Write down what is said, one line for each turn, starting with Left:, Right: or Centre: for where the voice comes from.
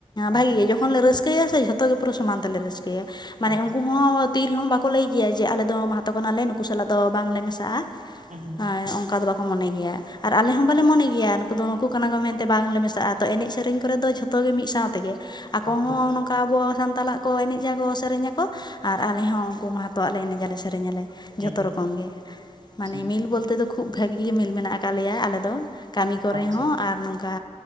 Right: ᱟᱪᱪᱷᱟ
Left: ᱵᱷᱟᱜᱮ ᱜᱮ ᱡᱚᱠᱷᱚᱱ ᱞᱮ ᱨᱟᱹᱥᱠᱟᱹᱭᱟ ᱥᱮ ᱡᱷᱚᱛᱚ ᱜᱮ ᱯᱩᱨᱟᱹ ᱥᱚᱢᱟᱱ ᱛᱮᱞᱮ ᱨᱟᱹᱥᱠᱟᱹᱭᱟ ᱾ ᱢᱟᱱᱮ
Right: ᱟᱪᱪᱷᱟ
Left: ᱩᱱᱠᱩ ᱦᱚᱸ ᱛᱤ ᱨᱮᱦᱚᱸ ᱵᱟᱠᱚ ᱞᱟᱹᱭ ᱜᱮᱭᱟ ᱡᱮ ᱟᱞᱮ ᱫᱚ ᱢᱟᱦᱟᱛ ᱠᱟᱱᱟᱞᱮ ᱱᱩᱠᱩ ᱥᱟᱞᱟᱜ ᱫᱚ ᱵᱟᱝᱞᱮ ᱢᱮᱥᱟᱜᱼᱟ ᱾
Right: ᱦᱮᱸ
Left: ᱦᱳᱭ ᱚᱱᱠᱟ ᱫᱚ ᱵᱟᱠᱚ ᱢᱚᱱᱮ ᱜᱮᱭᱟ ᱾ ᱟᱨ ᱟᱞᱮ ᱦᱚᱸ ᱵᱟᱞᱮ ᱢᱚᱱᱮ ᱜᱮᱭᱟ ᱱᱩᱠᱩ ᱫᱚ ᱱᱩᱠᱩ ᱠᱟᱱᱟ ᱠᱚ ᱢᱮᱱᱛᱮ ᱵᱟᱝᱞᱮ ᱢᱮᱥᱟᱜᱼᱟ ᱛᱚ ᱮᱱᱮᱡ ᱥᱮᱨᱮᱧ ᱠᱚᱨᱮ ᱫᱚ ᱡᱷᱚᱛᱚ ᱜᱮ ᱢᱤᱫ ᱥᱟᱶ ᱛᱮᱜᱮ ᱾ ᱟᱠᱚ
Right: ᱟᱪᱪᱷᱟ
Left: ᱦᱚᱸ ᱱᱚᱝᱠᱟ ᱟᱵᱚ ᱥᱟᱱᱛᱟᱞᱟᱜ ᱠᱚ ᱮᱱᱮᱡᱟ ᱠᱚ ᱥᱮᱨᱮᱧ ᱟᱠᱚ ᱟᱨ ᱟᱞᱮ ᱦᱚᱸ ᱩᱱᱠᱩ ᱢᱟᱦᱟᱛᱚᱣᱟᱜ ᱞᱮ ᱮᱱᱮᱡ ᱟᱞᱮ ᱥᱮᱨᱮᱧ ᱟᱞᱮ᱾
Right: ᱦᱩᱸ
Left: ᱡᱷᱚᱛᱚ ᱨᱚᱠᱚᱢ ᱜᱮ ᱢᱟᱱᱮ
Right: ᱟᱪᱪᱷᱟ
Left: ᱢᱤᱞ ᱵᱚᱞᱛᱮ ᱫᱚ ᱠᱷᱩᱵ ᱵᱷᱟᱹᱜᱤ ᱜᱮ ᱢᱤᱞ ᱢᱮᱱᱟᱜ ᱠᱫ ᱞᱮᱭᱟ ᱟᱞᱮ ᱫᱚ᱾ ᱠᱟᱹᱢᱤ ᱠᱚᱨᱮ
Right: ᱟᱪᱪᱷᱟ
Left: ᱦᱚᱸ ᱟᱨ ᱱᱚᱝᱠᱟ